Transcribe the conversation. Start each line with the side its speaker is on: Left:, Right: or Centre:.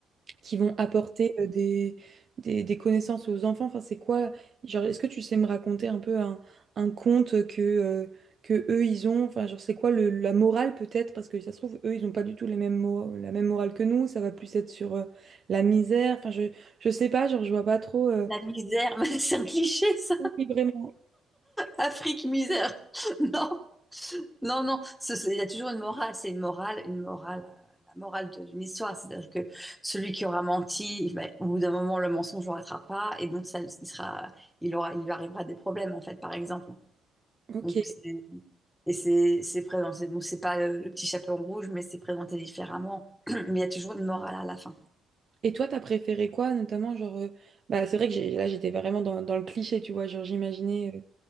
Right: qui vont apporter euh, des, des, des connaissances aux enfants, enfin c'est quoi, genre est-ce que tu sais me raconter un peu un, un conte que, euh, que eux ils ont, enfin genre c'est quoi le, la morale peut-être, parce que ça se trouve, eux ils ont pas du tout les mêmes mora- la même morale que nous, ça va plus être sur euh, la misère, enfin je, je sais pas, genre je vois pas trop, euh,
Centre: La misère, <laughs> c'est un cliché, ça.
Right: Oui, vraiment,
Centre: Afrique, misère. <laughs> Non. Non, non, ce- ce- il y a toujours une morale, c'est une morale, une morale, euh, la morale de- d'une histoire, c'est-à-dire que celui qui aura menti, ben, au bout d'un moment, le mensonge ne rattrape pas, et donc ça, il sera, il aura, il lui arrivera des problèmes, en fait, par exemple.
Right: ok.
Centre: Donc, c'est- et c'est c'est présenté, bon, c'est pas euh, le, petit chaperon rouge, mais c'est présenté différemment, <clears throat> mais il y a toujours une morale à la fin.
Right: Et toi, t'as préféré quoi, notamment, genre, euh, bah, c'est vrai que j'ai- là, j'étais vraiment dans, dans le cliché, tu vois, genre, j'imaginais, euh,